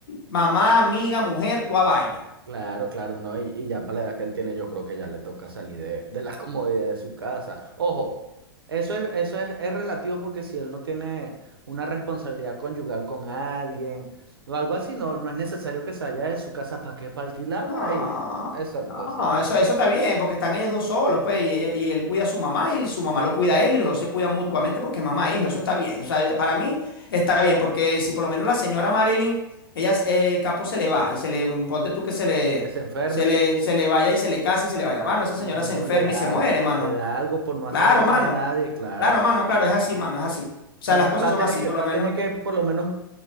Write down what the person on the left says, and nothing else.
mamá, amiga,
mujer, toda vaina.
No,
no,
eso, eso está bien, porque están ellos dos solos, pues, y, ella- y él cuida a su mamá y su mamá lo cuida a él y los dos se cuidan mutuamente porque es mamá e hijo, eso está bien. O sea, para mí está bien, porque si por lo menos la señora Marilyn, ella, eh, Capo se le va y se le, ponte tú que se le,
se le, se le vaya y se le casa y se le vaya, mano, esa señora
se enferma
y se muere,
mano.
Claro,
mano,
claro,
mano, claro, es así, mano, es así. O sea,
las cosas
son
así,
por
lo menos.